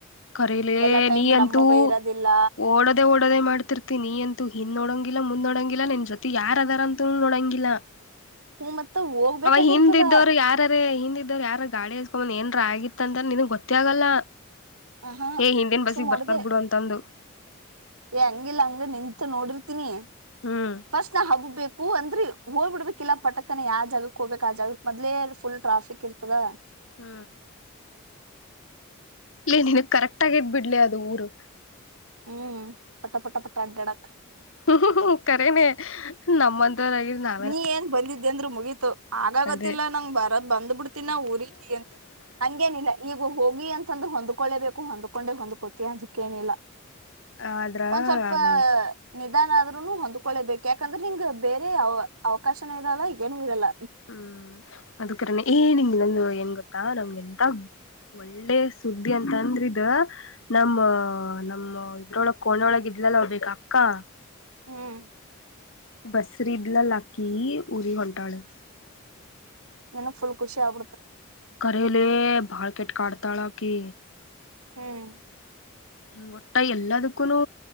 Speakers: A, on the left; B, on the right.
A: ಕರೆಲೆ
B: ಎಲ್ಲಾ ಟೈಮ್
A: ನೀ ಅಂತು
B: ನಮ್ಮವೇ ಇರೋದಿಲ್ಲ
A: ಓಡದೆೇ ಓಡದೆೇ ಮಾಡ್ತಿರ್ತೀನಿ ಅಂತೂ ಹ್ ನೋಡಂಗಿಲ್ಲಾ ಮುಂದ ನೋಡಂಗ ಲ್ಲ ನಿನ್ ಜೊತೆ ಯಾರ ಅದಾರ ಅಂತೂ ನೋಡಂಗಿಲ್ಲ
B: ಹ್ಮ ಮತ್ತ ಹೋಗ್ಬೇಕಾಗಿರ್ತದ
A: ಅವ ಹಿಂದ್ದವರು ಯಾರಾರ ಹಿಂದ ಯಾರ ಗಾಡಿ ಹಸ್ಕೊಂಬ್ ಏನ್ರ ಆಗಿತ್ತ ಅಂತ ನಿನ್ಗ್ ಗೊತ್ತ ಆಗಲ್ಲ
B: ಆಹಾ
A: ಏ ಹಿಂದೇನ್ ಬಸ್ಸಿಗೆ
B: ಸುಮ್ ಹೊಡದೆ
A: ಬರ್ತಾರ ಬಿಡು ಅಂತಂದು
B: ಏ ಹಂಗಿಲ್ಲ ಹಂಗ ನಿಂತ ನೋಡಿರ್ತೀನಿ
A: ಹ್ಮ್
B: ಫಸ್ಟ್ ನಾ ಹಬ್ಬೇಕು ಅಂತ ಅದ್ರೆ ಹೋ್ಬ ಬಿಡ್ಬೇಕಿಲ್ಲಾ ಪಟಕನ ಯ ಜಾಗಕ್ ಹೋಗ್ಬೇಕಕ್ ಆ ಜಾಗಕ್ ಮದ್ಲೇ ಫುಲ್ ಟ್ರಾಫಿಕ್ ಇರ್ತದ
A: ಹ್ಮ್ ಇಲ್ಲ ನೀನು ಕರೆಕ್ಟ್ ಆಗದ್ ಬಿಡ್ಲಿ ಅದು ಊರು
B: ಹ್ಮ್ ಪಟ ಪಟ ಪಟ ಅಡ್ಡಾಡಕ್
A: ಹ ಕೇ ನ ನಮ್ಮಂತವರಗ ನಾ
B: ನೀ ಏನ್ ಬಂದಿದ್ದಿ ಅಂದರು ಮುಗೀತು ಆಗಾಗತ್ತಿಲ್ಲಾ
A: ಅದೇ
B: ನಂಗ ಬರದ್ ಬಂದ್ ಬಿಡ್ತಿನ ಊರಗಿ ಅಂದ ಹಂಗೇನಿಲ್ಲ ಈಗ ಹೋಗಿ ಅಂತಂದ್ರೆ ಹೊಂದ್ಕೊಳ್ಳೇಬೇಕು ಹೊಂದ್ಕೊಂಡೆ ಹೊಂದ್ಕೋತಿ ಅಂದಕ್ಕೇನಿಲ್ಲ
A: ಆದ್ರ
B: ಒಂದ್ ಸ್ವಲ್ಪ
A: ಹಂಗ
B: ನಿಧಾನ ಆದ್ೂನು ಹೊಂದ್ಕೊೊಳ್ಳೇಬೇಕಕ್ ಯಾಕಂದ್ರೆ ಹಿಂಗ ಬೇರೆ ಅವ ಅವಕಾಶನ ಇರಲ್ಲ ಏನು ಇರಲ್ಲ
A: ಹ್ಮ್ ಅದಕನ ಏ ನಿಂಗಗೆ ನಂದು ಹೆಂಗ ಗೊತ್ತಾ ನಮ್ಗೆ ಎಂತ ಒಳ್ಳೆ ಸುದ್ದಿ ಅಂತ ಅಂದ್ರ ಇದ ನಮ್ಮ ನಮ್ಮ ಇದ್ರೊಳ ಕೋಣೊಳಗ ಎಲ್ಲಲ್ಲ ಹೋಗ್ಬೇಕ ಅಕ್ಕಾ
B: ಹ್ಮ್
A: ಬಸ್ರ ಇಡ್ಲಲ್ಲಾಕ್ಕಿ ಉಊರಿ ಹೊಂಟಾಳೆ
B: ನ ಫು ಖುಷ ಆಬ
A: ಕರಲೆ ಬಾಳ್ ಕೆಟ್ ಕಾಡ್ತಾಳ ಕ
B: ಹ್ಮ್
A: ಹ ಒೊಟ್ಟ ಎಲ್ಲದಕ್ಕೂನು